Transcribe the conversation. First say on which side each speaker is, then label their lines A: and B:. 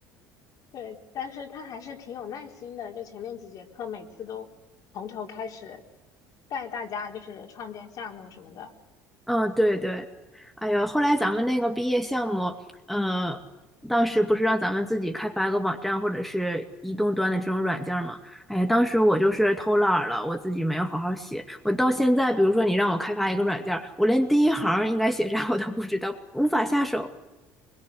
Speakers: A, on the left; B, in the centre.
A: 对，但是他还是挺有耐心的，就前面几节课每次都从头开始带大家就是创建项目什么的
B: 嗯，对对，哎呀，后来咱们那个毕业项目，呃，当时不是让咱们自己开发一个网站或者是移动端的这种软件儿吗哎呀，当时我就是偷懒儿了，我自己没有好好写。我到现在，比如说你让我开发一个软件儿，我连第一行儿应该写啥我都不知道，无法下手。